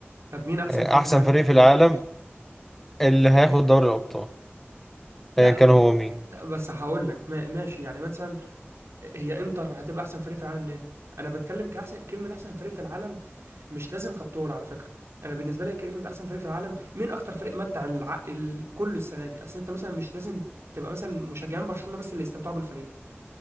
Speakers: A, on the right (about 80°); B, in the centre.
A: طب مين أحسن
B: آه،
A: فريق
B: احسن
A: في العالم
B: فريق
A: بالنسبة
B: في العالم
A: لك؟
B: اللي هياخد دوري الابطال
A: لا
B: ايا كان
A: هو
B: هو مين
A: لا بس هقول لك ما- ماشي يعني مثلا هي إنتر هتبقى أحسن فريق في العالم ليه؟ أنا بتكلم كأحسن كلمة أحسن فريق في العالم مش لازم كابتور على فكره انا بالنسبه لي كانه احسن فريق في العالم مين اكتر فريق متع العقل كل السنه دي اصل انت مثلا مش لازم تبقى مثلا مشجعين برشلونه بس اللي يستمتعوا بالفريق